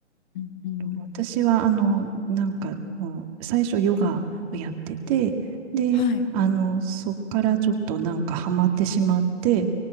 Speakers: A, on the left (about 40°); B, on the right (about 30°).
A: うんうん。
B: 私は、あの、なんか、もう、最初ヨガをやってて、で、
A: はい。
B: あの、そっからちょっとなんかハマってしまって、